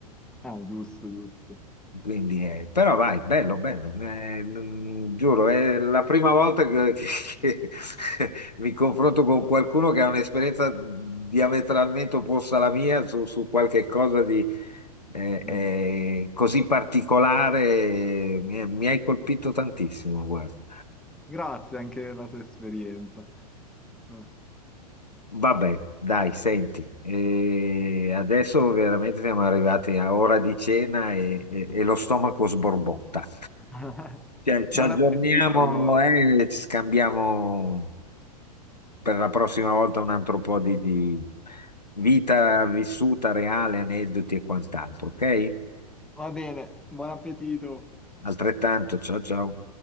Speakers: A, in the centre; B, on the left.
A: Ah, giusto, giusto.
B: quindi, eh, però vai, bello, bello, eh, non- giuro, è la prima volta che, che- che <laughs> mi confronto con qualcuno che ha un'esperienza diametralmente opposta alla mia su, su qualche cosa di eh,
A: Mm.
B: eh, così particolare, mi, mi hai colpito tantissimo, guarda.
A: Grazie anche della tua esperienza. Vabbè.
B: Vabbè, dai, senti, eh, adesso veramente siamo arrivati a ora di cena e e- e lo stomaco sborbotta.
A: <laughs> Mm.
B: Cioè, ci
A: Buon
B: aggiorniamo
A: appetito allora.
B: eh, e ci scambiamo per la prossima volta un altro po' di, di vita vissuta reale, aneddoti e quant'altro, ok?
A: Va bene, buon appetito.
B: Altrettanto, ciao ciao.